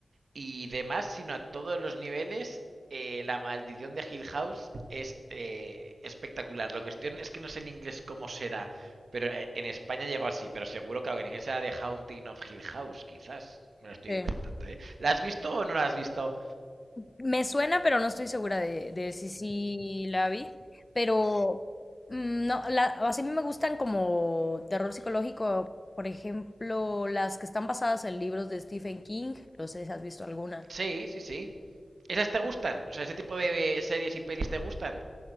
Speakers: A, on the right; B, on the left.
A: y demás, sino a todos los niveles. eh, la maldición de Hill House es eh, espectacular. La cuestión es que no sé en inglés cómo será, pero eh, en España llegó así, pero seguro que en inglés era The Haunting of Hill House, quizás. Me lo estoy
B: sí.
A: inventando, ¿eh? ¿La has visto o no la has visto?
B: Me suena, pero no estoy segura de, de si sí la vi. Pero mm, no, la, así me gustan como terror psicológico, por ejemplo, las que están basadas en libros de Stephen King. No sé si has visto alguna.
A: Sí, sí, sí. ¿Esas te gustan? O sea, ¿ese tipo de series y pelis te gustan?